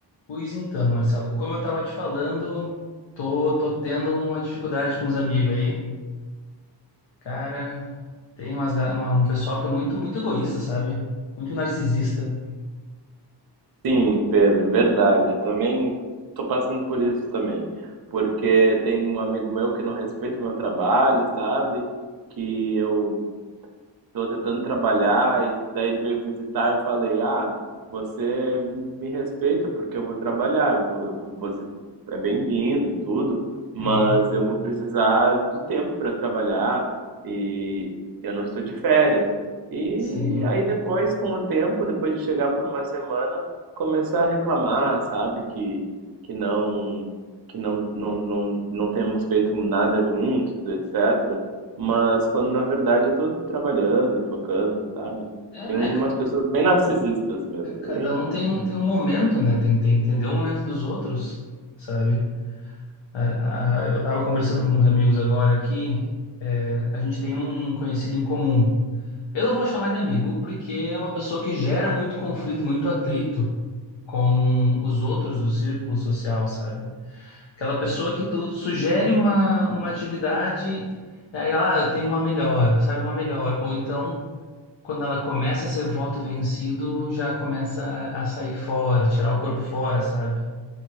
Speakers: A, on the left; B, on the right.
A: Pois então, Marcelo, como eu tava te falando, tô, tô tendo uma dificuldade com os amigos aí. Cara, tem umas, ga- uma- um pessoal que é muito, muito egoísta, sabe? Muito narcisista.
B: Sim, Pedro, verdade. Eu também tô passando por isso também. Porque tem um amigo meu que não respeita o meu trabalho, sabe? Que eu tô tentando trabalhar, e daí ele veio visitar, eu falei, ah, você me respeita porque eu vou trabalhar, eu vou, eu vou- você é bem-vindo e tudo, mas
A: Uhum,
B: eu vou precisar de tempo para trabalhar e eu não estou de férias. E
A: sim.
B: aí depois, com o tempo, depois de chegar por uma semana, começar a reclamar, sabe, que, que não que não, não, não, não temos feito nada juntos, etc. Mas quando na verdade eu tô trabalhando e focando, sabe?
A: É,
B: Tem
A: né,
B: umas
A: cara?
B: pessoas bem narcisistas mesmo,
A: É, Cada
B: é bem,
A: um tem, tem um momento, né? Tem, tem que entender o momento dos outros, sabe? A- a- eu tava conversando com uns amigos agora aqui. é, a gente tem um um conhecido em comum. Eu não vou chamar de amigo porque é uma pessoa que gera muito conflito, muito atrito com os outros do círculo social, sabe? Aquela pessoa que tu sugere uma, uma atividade e aí ela, ah, eu tenho uma melhor, sabe, uma melhor. Ou então, quando ela começa a ser voto vencido, já começa a sair fora, tirar o corpo fora, sabe?